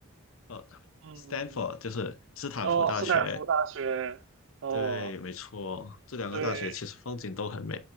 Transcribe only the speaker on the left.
呃
Stanford，就是斯坦福大学，
对，没错，这两个大学其实风景都很美，